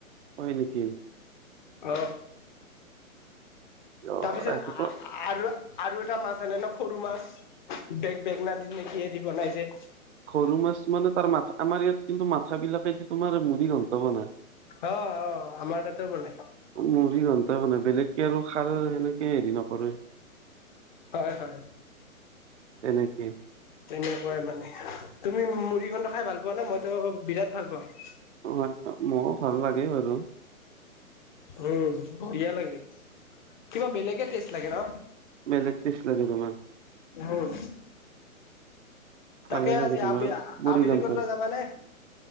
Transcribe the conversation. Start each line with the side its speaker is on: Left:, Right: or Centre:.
Right: হয় নেকি?
Left: অ।
Right: অ
Left: তাৰপিছত
Right: ৰাতিপুৱা
Left: আ আ আৰু এটা মাছ আনে ন সৰু মাছ। বেগ বেঙনা দি নেকি কিয়ে দি বনাই যে
Right: সৰু মাছ মানে তাৰ মা আমাৰ ইয়াত কিন্তু মাথা বিলাকেদি তোমাৰ মুৰী ঘন্তা বনাই।
Left: অ অ, আমাৰ তাতো বনাই।
Right: মুৰীঘণ্টা বনাই, বেলেগকে আৰু খাৰ সেনেকে হেৰি নকৰে।
Left: হয়, হয়।
Right: এনেকে।
Left: তেনেকুৱাই মানে, তুমি মূড়ীঘন্টা খাই ভাল পোৱা নে? মইতো বিৰাট ভাল পাওঁ।
Right: ভাল পাও, মোৰো ভাল লাগে বাৰু।
Left: উম, বঢ়িয়া লাগে। কিবা বেলেগে টেষ্ট লাগে ন?
Right: বেলেগ টেষ্ট লাগে তোমাৰ।
Left: উম।
Right: ভালে
Left: তাকে
Right: লাগে
Left: আজি
Right: তোমাৰ
Left: আবে
Right: মুড়ি
Left: আবেলি
Right: ঘন্টৰ
Left: ক'তবা যাবা নে?